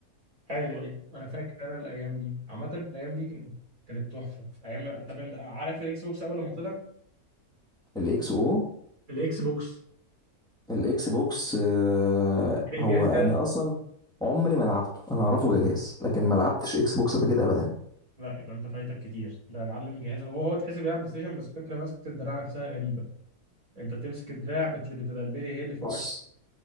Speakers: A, on the right; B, in the centre.
A: ايوه ايوه انا فاكر انا الايام دي عامه الايام دي كانت كانت تحفه ايام طب انت عارف الاكس بوكس اول لما طلع
B: الاكس او
A: الاكس بوكس
B: الاكس بوكس آه،
A: كان
B: هو
A: جهاز كده
B: انا اصلا عمري ما لعبته انا اعرفه جهاز لكن ما لعبتش اكس بوكس قبل كده ابدا
A: لا يبقى انت فايتك كتير ده يا معلم جهاز هو هو تحس بيلعب بلاي ستيشن بس فكره ماسكه الدراع نفسها غريبه انت بتمسك الدراع بتل- بتبقى البلي هي اللي فوق
B: بص